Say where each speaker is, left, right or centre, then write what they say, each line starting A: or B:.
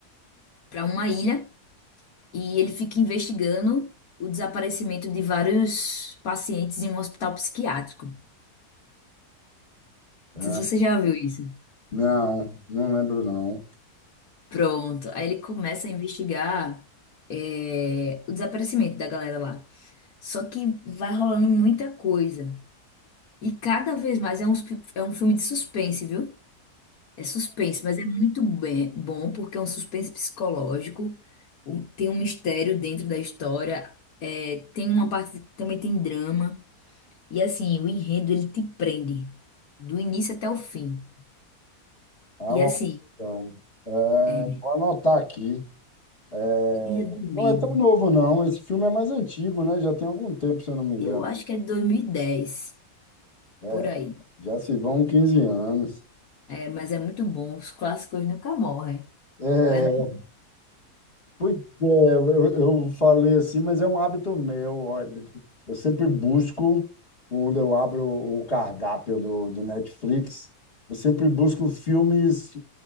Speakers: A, on the left; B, on the left.
A: para uma ilha e ele fica investigando o desaparecimento de vários pacientes em um hospital psiquiátrico. Não
B: Ah,
A: sei se você já viu isso.
B: Não, não lembro não.
A: Pronto. Aí ele começa a investigar é, o desaparecimento da galera lá. Só que vai rolando muita coisa. E cada vez mais é um, é um filme de suspense, viu? É suspense, mas é muito bem, bom porque é um suspense psicológico, um- tem um mistério dentro da história, é, tem uma parte, também tem drama, e assim, o enredo ele te prende do início até o fim.
B: É uma
A: E assim,
B: questão. É,
A: é,
B: vou anotar aqui. É,
A: Ilha do
B: não
A: Medo,
B: é tão novo não. Esse filme é mais antigo, né? Já tem algum tempo, se eu não me engano.
A: eu acho que é de 2010
B: É,
A: por aí.
B: já se vão 15 anos.
A: É, mas é muito bom, os clássicos nunca morrem,
B: É,
A: não é
B: Pois é, eu, eu falei assim, mas é um hábito meu, olha. Eu sempre busco, quando eu abro o cardápio do, do Netflix, eu sempre busco filmes